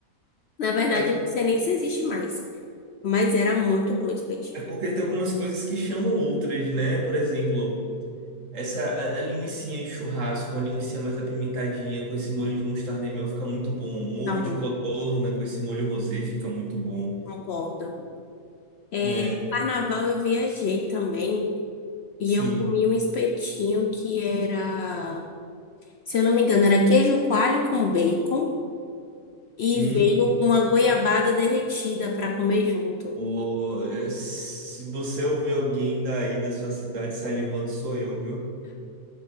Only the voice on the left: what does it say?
Na verdade,
eu não sei nem se existe mais, mas era muito bom o espetinho.
Tá muito,
concordo. É,
carnaval eu viajei também e
eu comi um espetinho que era, se eu não me engano, era queijo coalho com bacon e
veio uma goiabada derretida para comer junto.